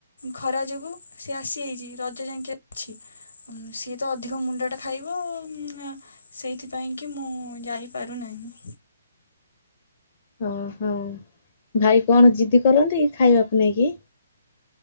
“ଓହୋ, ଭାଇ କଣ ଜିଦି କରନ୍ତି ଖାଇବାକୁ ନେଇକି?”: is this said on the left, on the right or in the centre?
Left